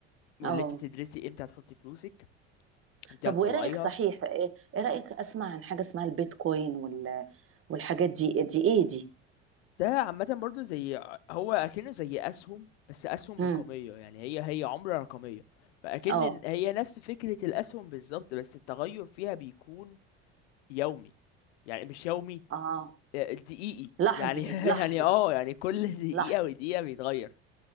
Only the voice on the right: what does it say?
اه
طب
وايه رأيك صحيح ايه إيه رأيك اسمع عن حاجة اسمها البيتكوين وال والحاجات دي دي ايه دي
امم
اه
اه
لحظي
لحظي
لحظي